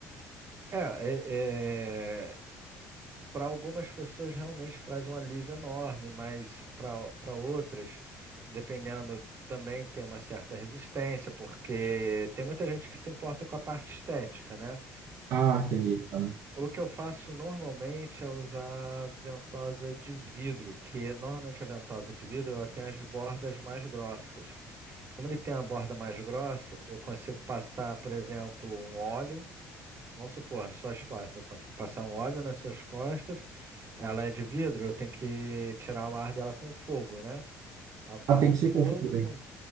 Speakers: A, on the right (about 45°); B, on the right (about 65°).
A: É, é, para algumas pessoas realmente traz um alívio enorme, mas para para outras, dependendo, também tem uma certa resistência, porque tem muita gente que se importa com a parte estética, né?
B: Ah, entendi. Ah,
A: O, o que eu faço normalmente é usar ventosa de vidro, que normalmente a ventosa de vidro ela tem as bordas mais grossas. Como ele tem a borda mais grossa, eu consigo passar, por exemplo, um óleo. Vamos supor, suas costas. Eu consigo passar um óleo nas suas costas. Ela é de vidro, eu tenho que tirar o ar dela com fogo, né? Eu faço
B: Ah, tem que se
A: fogo,
B: confundir.
A: pum.